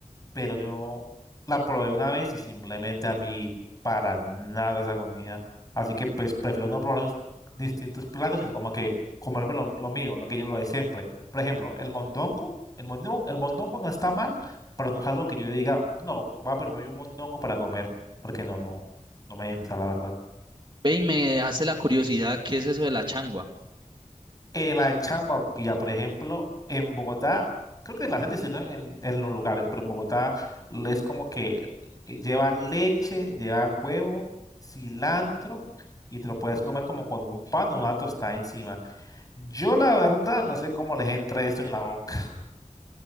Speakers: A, on the left; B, on the right.
A: pero yo la probé una vez y simplemente a mí para nada esa comida. Así que pues prefiero no probar esos distintos platos, sino como que comerme lo, lo mío, lo que yo lo de siempre. Por ejemplo, el mondongo, el mondongo, el mondongo no está mal, pero no es algo que yo diga, no, va a permitir un mondongo para comer, porque no, no, no me entra, la verdad.
B: Ve y me hace la curiosidad, ¿qué es eso de la changua?
A: Eh, la changua, pilla, por ejemplo, en Bogotá, creo que la hacen distinto en, en los lugares, pero en Bogotá es como que eh, lleva leche, lleva huevo, cilantro y te lo puedes comer como con un pan o una tostada encima. Yo la verdad no sé cómo les entra eso en la boca. <laughs>